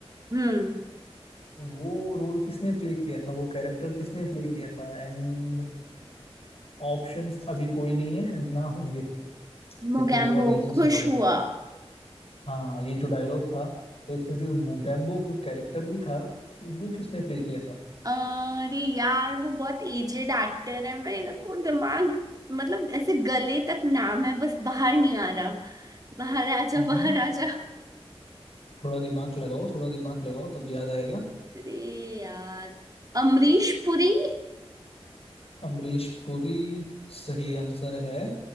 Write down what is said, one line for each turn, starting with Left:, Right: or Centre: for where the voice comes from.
Right: हम्म
Left: वो रोल किसने प्ले किया था वो कैरेक्टर किसने प्ले किया था एंड ऑप्शंस अभी कोई नहीं है ना होंगे क्योंकि
Right: मोगैम्बो
Left: ये बहुत इजी
Right: खुश
Left: सवाल है
Right: हुआ
Left: हाँ ये जो डायलॉग था तो इसमें जो मोगेम्बो जो कैरेक्टर भी था वो किसने प्ले किया था
Right: अरे यार वो बहुत एजेड एक्टर है मेरे को दिमाग मतलब ऐसे गले तक नाम है बस बाहर नहीं आ रहा बाहर आ जा
Left: हम्म
Right: बाहर आ जा
Left: थोड़ा दिमाग लगाओ थोड़ा दिमाग लगाओ तब याद आएगा
Right: अरे यार अमरीश पुरी
Left: अमरीश पुरी सही आंसर है